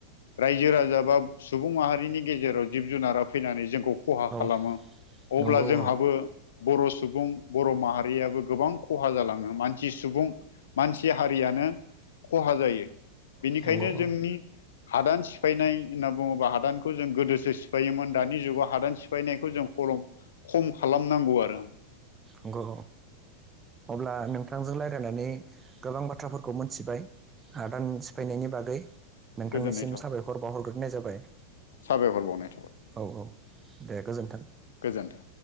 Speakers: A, on the left; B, on the right.
A: रायजो राजा बा सुबुं माहारिनि गेजेराव जिब जुनारा फैनानै जोंखौ खहा खालामो
B: औ
A: अब्ला
B: नंगौ
A: जोंहाबो
B: औ
A: बर' सुबुं बर' माहारियाबो गोबां खहा जालाङो मानसि सुबुं मानसि हारिया खहा जायो बेनिखायनो
B: नंगौ
A: जोंनि
B: औ
A: हादान सिफायनाय होननाुङोब्ला हादानखौ जों गोदोसो सिफायोमोन दानि जुगाव हादान सिफाय बायनायखौ जों खम खम खालामनांगौ आरो
B: नंगौ। अब्ला नोंथांजों रायजलायनानै गोबां बाथ्राफोरखौ मोनथिबाय। हदान सिफायनायनि बागै नोंथांनिसिम
A: गोजोननाय थाबाय
B: साबायखर बावहरग्रोनाय जाबाय
A: साबायखर बावनाय
B: औ औ दे गोजोन्थों
A: गोजोनथों